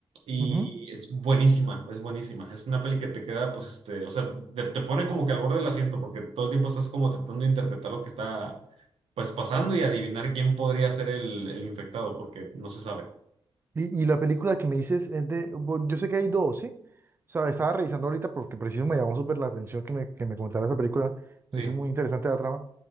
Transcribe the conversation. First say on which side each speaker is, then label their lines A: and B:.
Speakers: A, on the right; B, on the right.
A: y
B: Ujú.
A: es buenísima, es buenísima. Es una peli que te queda, pues, este, o sea, te, te pone como que al borde del asiento, porque todo el tiempo estás como tratando de interpretar lo que está, pues, pasando y adivinar quién podría ser el, el infectado, porque no se sabe.
B: Y, y la película que me dices es de, bo- yo sé que hay dos, ¿sí? O sea, estaba revisando ahorita porque preciso me llamó súper la atención que me, que me comentara esa película,
A: Sí.
B: me hizo muy interesante la trama.